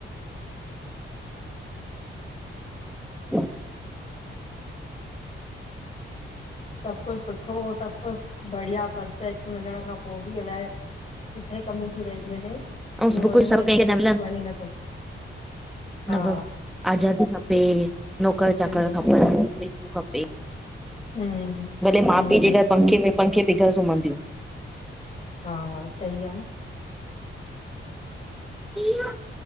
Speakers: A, in the centre; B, on the left.
A: ह --
B: सभ कुझ सुठो सभु कुझ बढ़िया परफेक्ट मिलण खां पोइ बि अलाए -- किथे कमी थी रहिजी वञे
A: ऐं
B: की नूंहंरनि
A: सभु कुझु सभु
B: खे अॼुकल्ह
A: कंहिंखे न
B: कुझ वणे नथो। हा
A: मतब आजादी खपे नौकर चाकर
B: सही आहे
A: खपन पेसो खपे।
B: हम्म।
A: भले माउ
B: हम्म
A: पीउ जे घर पंखे में पंखे बिघर सुम्हंदियूं --
B: हा सही आ न।
A: ठीक इहो --